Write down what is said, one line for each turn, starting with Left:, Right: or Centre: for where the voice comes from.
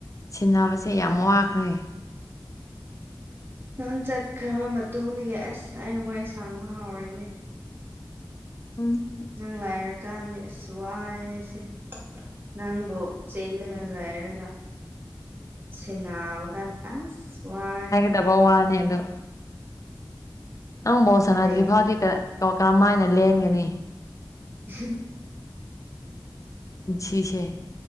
Left: ꯁꯤꯟꯅꯕꯁꯦ ꯌꯥꯝ ꯋꯥꯈ꯭ꯔꯦ
Right: ꯅꯪ ꯆꯠꯈ꯭ꯔꯕ ꯃꯇꯨꯡꯗꯒꯤ ꯑꯁ ꯑꯩ ꯋꯥꯏ ꯁꯪꯕ ꯍꯥꯎꯔꯅꯦ
Left: ꯎꯝ
Right: ꯅꯪ ꯂꯥꯏꯔꯀꯥꯟꯅꯤ ꯑꯁ ꯋꯥꯏꯑꯦ ꯑꯩꯁꯦ ꯅꯪꯕꯨ ꯆꯦꯜꯂꯒ ꯈ ꯂꯩꯔꯒ ꯁꯦꯟꯅꯕ ꯀꯥꯟꯗ ꯑꯁ ꯋꯥꯔꯦ
Left: ꯗꯕ ꯋꯥꯅꯦ ꯑꯗꯨ ꯅꯪ ꯕꯣꯜ ꯁꯥꯟꯅꯗ꯭ꯔꯤ
Right: ꯀꯔꯤꯅꯣ
Left: ꯐꯥꯎꯗꯤ ꯀ ꯀꯔꯝꯃꯥꯏꯅ ꯂꯦꯟꯒꯅꯤ
Right: ꯍ
Left: ꯁꯤꯁꯦ